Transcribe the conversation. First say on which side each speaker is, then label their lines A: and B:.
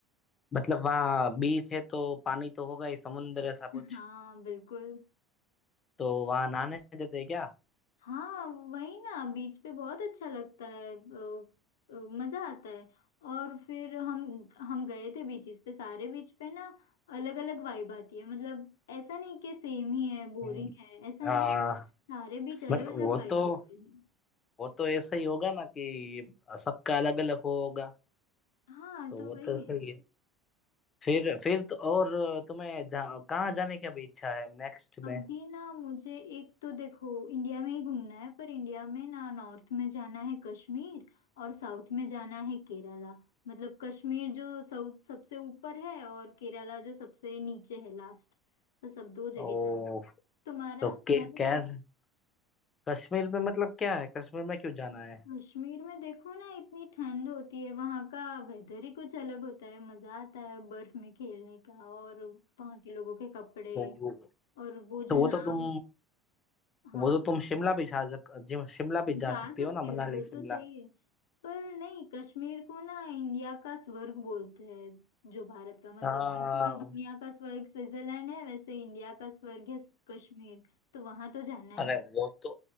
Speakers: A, on the left; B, on the left.
A: मतलब वहाँ बीच है तो पानी तो होगा ही समुंदर ऐसा कुछ
B: <laughs> हाँ बिल्कुल
A: तो वहाँ नहाने देते हैं क्या
B: हाँ वही ना बीच पे बहुत अच्छा लगता है अ, अ, मजा आता है और फिर हम हम गए थे बीचेस पे सारे बीच पे ना अलग अलग वाइब आती है मतलब ऐसा नहीं कि सेम ही है बोरिंग
A: हम्म,
B: है ऐसा
A: आ,
B: नहीं सारे बीच अलग
A: मतलब
B: अलग
A: वो
B: वाइब
A: तो
B: देते हैं
A: वो तो ऐसा ही होगा ना कि सबका अलग अलग होगा
B: हाँ
A: तो
B: तो
A: वो
B: वही
A: तो सही
B: है
A: है फिर फिर तो और तुम्हें जा, कहाँ जाने की अभी इच्छा है नेक्स्ट में
B: अभी ना मुझे एक तो देखो इंडिया में ही घूमना है पर इंडिया में ना नॉर्थ में जाना है कश्मीर और साउथ में जाना है केरला मतलब कश्मीर जो सब सबसे ऊपर है और केरला जो सबसे नीचे है लास्ट तो सब दो जगह
A: ओ
B: जाना है तुम्हारा
A: तो
B: तुम्हारा
A: के, कैर
B: क्या
A: कश्मीर में मतलब क्या है कश्मीर में क्यों जाना है
B: कश्मीर में देखो ना इतनी ठंड होती है वहाँ का वेदर ही कुछ अलग होता है मजा आता है बर्फ में खेलने का और वहाँ के लोगों के कपड़े
A: तो,
B: और वो
A: तो
B: जो
A: वो
B: नाव
A: तो तुम
B: हाँ
A: वो तो तुम शिमला भी जा सक जिम- शिमला भी जा
B: जा
A: सकती
B: सकती
A: हो ना
B: हूँ
A: मनाली
B: वो
A: शिमला
B: तो सही है पर नहीं कश्मीर को ना इंडिया का स्वर्ग बोलते हैं जो भारत का मतलब
A: आ,
B: जो पूरी दुनिया का स्वर्ग स्विट्जरलैंड है वैसे इंडिया का स्वर्ग है कश्मीर तो वहां तो जाना ही
A: अरे
B: है
A: वो तो